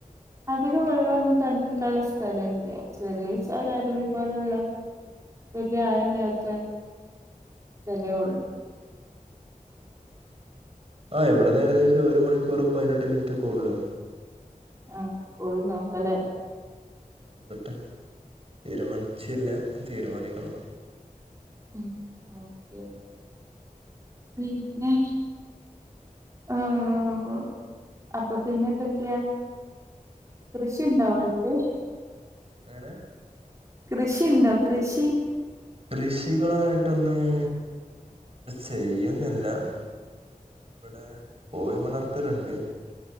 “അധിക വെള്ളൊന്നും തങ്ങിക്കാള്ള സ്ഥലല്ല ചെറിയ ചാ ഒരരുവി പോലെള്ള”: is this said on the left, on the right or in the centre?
Right